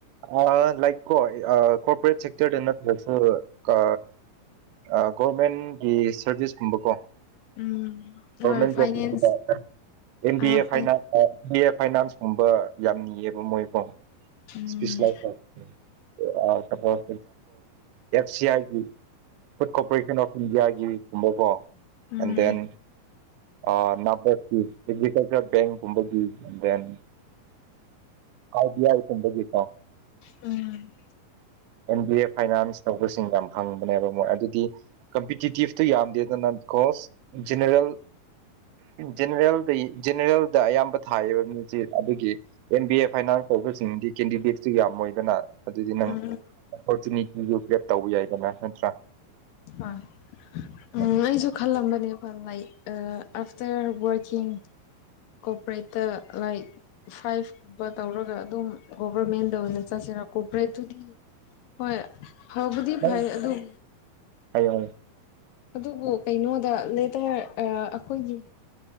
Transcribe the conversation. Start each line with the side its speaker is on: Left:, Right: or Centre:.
Right: ꯑꯥ ꯂꯥꯏꯛ ꯀꯣꯏ ꯑꯥ ꯀꯣꯔꯄꯣꯔꯦꯠ ꯁꯦꯛꯇꯔꯗ ꯅꯠꯇ꯭ꯔꯖꯨ ꯀꯥ ꯑꯥ ꯒꯣꯔꯃꯦꯟꯒꯤ ꯁꯔꯚꯤꯁꯀꯨꯝꯕꯀꯣ
Left: ꯎꯝ
Right: ꯒꯣꯔꯃꯦꯟ
Left: ꯍꯣꯏ ꯐꯥꯏꯅꯥꯟꯁ
Right: ꯖꯣꯕ ꯀꯨꯝꯕꯗ ꯑꯦꯝ ꯕꯤ
Left: ꯑ
Right: ꯑꯦ
Left: ꯐꯥꯏ
Right: ꯐꯥꯏꯅꯥꯟꯁ ꯍꯥꯏ ꯕꯤ ꯑꯦ ꯐꯥꯏꯅꯥꯟꯁꯀꯨꯝꯕ ꯌꯥꯝ ꯅꯤꯌꯦꯕ ꯃꯣꯏꯀꯣ
Left: ꯎꯝ
Right: <unintelligible> ꯑꯦꯐ ꯁꯤ ꯑꯥꯏꯒꯤ ꯐꯨꯗ ꯀꯣꯔꯣꯄꯔꯦꯁꯟ ꯑꯣꯐ ꯏꯟꯗꯤꯌꯥꯒꯤꯒꯨꯝꯕꯀꯣ
Left: ꯎꯝ
Right: ꯑꯦꯟ ꯗꯦꯟ ꯑꯣ ꯅꯕꯠꯀꯤ ꯐꯤꯖꯤꯀꯦꯜ ꯕꯦꯡꯀꯨꯝꯕꯒꯤ ꯗꯦꯟ ꯑꯔ ꯕꯤ ꯑꯥꯏ ꯀꯨꯝꯕꯒꯤꯀꯣ
Left: ꯎꯝ
Right: ꯕꯤ ꯑꯦ ꯐꯥꯏꯅꯥꯟꯁ ꯇꯧꯕꯁꯤꯡ ꯌꯥꯝ ꯐꯪꯕꯅꯦꯕ ꯃꯣꯏ ꯑꯗꯨꯗꯤ ꯀꯝꯄꯤꯇꯤꯇꯤꯞꯇꯨ ꯌꯥꯝꯗꯦꯗꯅ ꯕꯤꯀꯣꯁ ꯖꯤꯅꯔꯦꯜ ꯖꯦꯟꯔꯦꯜꯗꯩ ꯖꯦꯟꯔꯦꯜꯗ ꯑꯌꯥꯝꯕ ꯊꯥꯏꯌꯦꯕ ꯃꯖꯤ ꯑꯗꯨꯒꯤ ꯑꯦꯟ ꯕꯤ ꯑꯦ ꯐꯥꯏꯅꯥꯟꯁ ꯁꯤꯡꯗꯤ ꯀꯦꯟꯗꯤꯗꯦꯠꯁꯨ ꯌꯥꯝꯃꯣꯏꯗꯅ ꯑꯗꯨꯗꯤ ꯅꯪ
Left: ꯎꯝ
Right: ꯑꯣꯄꯣꯔꯆꯨꯅꯤꯇꯤꯗꯨ ꯒ꯭ꯔꯦꯞ ꯇꯧꯕ ꯌꯥꯏꯗꯅ ꯅꯠꯇ꯭ꯔꯥ
Left: ꯑꯥ ꯎꯝ
Right: ꯅꯪ
Left: ꯑꯩꯁꯨ ꯈꯜꯂꯝꯕꯅꯦ ꯂꯥꯏꯛ ꯑꯐꯇ꯭ꯔ ꯋꯔꯛꯀꯤꯡ ꯀꯣꯄꯔꯦꯠꯇ ꯂꯥꯏꯛ ꯐꯥꯏꯚꯕ ꯇꯧꯔꯒ ꯑꯗꯨꯝ ꯒꯣꯚꯔꯃꯦꯟꯗ ꯑꯣꯏꯅ ꯆꯥꯁꯤ ꯀꯣꯕ꯭ꯔꯦꯠ ꯇꯨꯗꯤ ꯍꯣꯏ ꯐꯕꯨꯗꯤ
Right: ꯍꯥꯏꯌꯣ
Left: ꯐꯩ ꯑꯗꯨꯝ
Right: ꯍꯥꯏꯌꯣ
Left: ꯑꯗꯨꯕꯨ ꯀꯩꯅꯣꯗ ꯂꯦꯇꯔ ꯑꯩꯈꯣꯏꯒꯤ